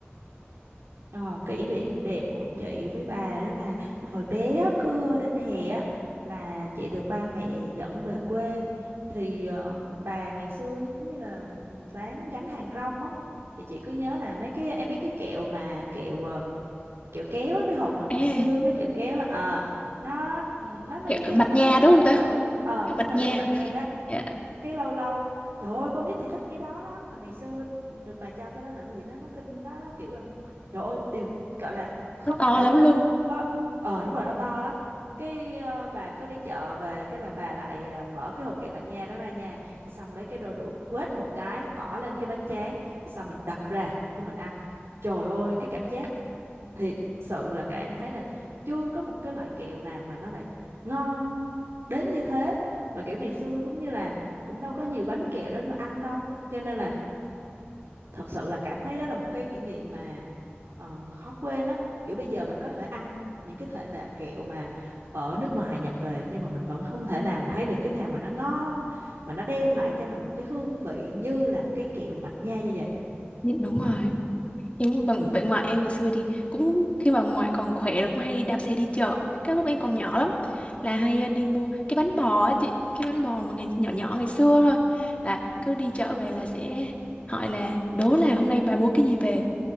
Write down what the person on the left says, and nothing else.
à
kiểu
mặt
nha
đúng
không ta
kiểu
mặt
nha
dạ,
nó to
lắm
luôn
Đúng đúng rồi
Nhưng bằng
vậy ngoại em ngày xưa thì cũng khi bà ngoại còn khỏe là cũng hay đạp xe đi chợ. Cái lúc em còn nhỏ lắm là hay ờ, đi mua cái bánh bò á chị, cái bánh bò mà ngày nhỏ nhỏ ngày xưa thôi là cứ đi chợ về là sẽ hỏi là đố là hôm nay bà mua cái gì về